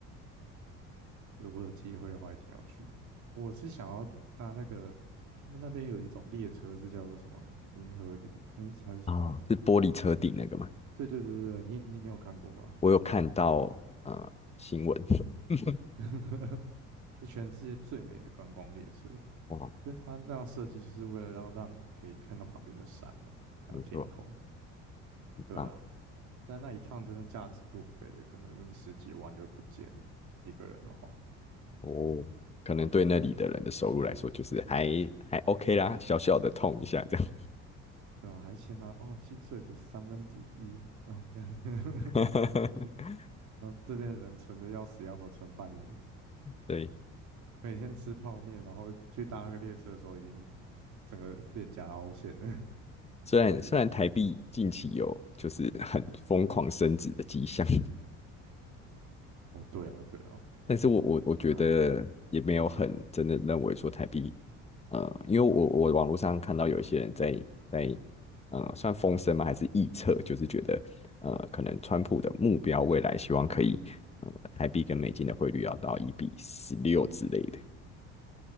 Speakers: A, on the right; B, on the left.
A: 如果有机会的话，一定要去。我是想要搭那个，他们那边有一种列车是叫做什么银银河里，诶，还是什么？
B: 啊！是玻璃车顶那个吗？
A: 对对对对，你你你有看过吧？
B: 我有看到呃新闻，
A: 嗯
B: <laughs>
A: <laughs> 就全世界最美的观光列车，
B: 哇，
A: 因为它那样设计就是为了让让你可以看到旁边的山嘛，还有天空。
B: 没错，很棒
A: 对啊，但那一趟真的价值不菲，可能那么十几万就不见了，一个人的话。
B: 哦。可能对那里的人的收入来说，就是还还 OK 啦，小小的痛一下这样。
A: 对啊，还先拿哦薪水的三分之一哦这样子，<laughs>
B: <laughs>
A: 一然后这边的人存的要死要活，存半年，
B: 对，
A: 每天吃泡面，然后去搭个列车的时候已经整个脸颊凹陷了。
B: 虽然虽然台币近期有就是很疯狂升值的迹象，
A: <laughs> 哦，对啊，对啊，
B: 但是我我我觉得也没有很真的认为说台币，
A: 那
B: 呃，因为我我网络上看到有一些人在在呃算风声吗？还是臆测，就是觉得呃可能川普的目标未来希望可以呃台币跟美金的汇率要到一比十六之类的。